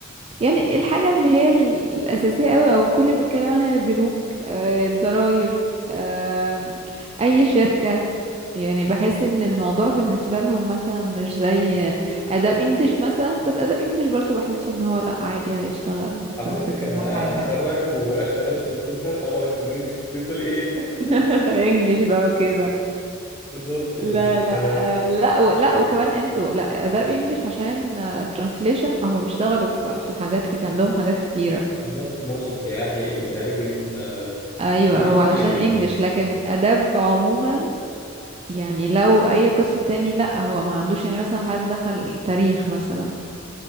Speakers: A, on the right (about 30°); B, on the left (about 15°).
A: يعني الحاجة اللي هي ال- الأساسية قوي أو الكل بيتكلم عنها البنوك آه، الضرايب آه، أي شركة يعني بحس ان الموضوع بالنسبة لهم مثلا مش زي آداب انجليش مثلا بس آداب انجليش برضو بحسه ان هو لأ عادي هيشتغل
B: حضرتك
A: في, في كذا
B: انا
A: حاجة
B: اتخرج واشتغل كول سنتر ابقى اكتر منك انت بتقولي ايه؟ <laughs>
A: <laughs> انجليش بقى وكده
B: بالظبط يعني
A: لا لا
B: ف-
A: آه، لا و- لا وكمان انتوا لا آداب انجليش عشان ترانسليشن هما بيشتغلوا في, في حاجات كتير عندهم حاجات كتيرة
B: بالظبط مرشد سياحي مترجم آه،
A: ايوه
B: حاجات
A: هو علشان
B: كتير يعني
A: انجليش لكن اداب عموما يعني لو اي قسم تاني لا هو ما عندوش يعني مثلا حد دخل تاريخ مثلا